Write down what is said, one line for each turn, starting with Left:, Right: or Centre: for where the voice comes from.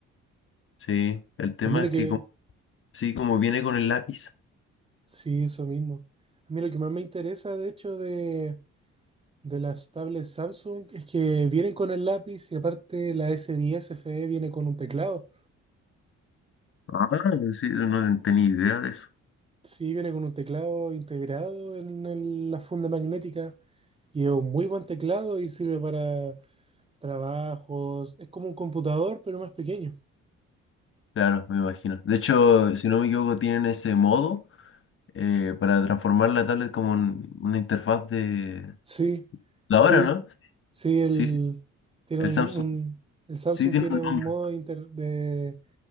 Left: Sí, el tema
Right: A mí lo
Left: es
Right: que,
Left: que como- sí, como viene con el lápiz.
Right: sí, eso mismo. A mí lo que más me interesa, de hecho, de De las tablets Samsung es que vienen con el lápiz y aparte la S10 FE viene con un teclado.
Left: Ah, sí, no tenía idea de eso.
Right: Sí, viene con un teclado integrado en el- la funda magnética y es un muy buen teclado y sirve para trabajos. Es como un computador, pero más pequeño.
Left: Claro, me imagino. De hecho, si no me equivoco, tienen ese modo eh, para transformar la tablet como en una interfaz de
Right: Sí,
Left: la
Right: sí,
Left: hora, ¿no?
Right: sí, el,
Left: Sí,
Right: tiene
Left: el
Right: un,
Left: Samsung
Right: un- el Samsung
Left: sí tiene
Right: tiene
Left: un
Right: un
Left: nombre,
Right: modo inter- de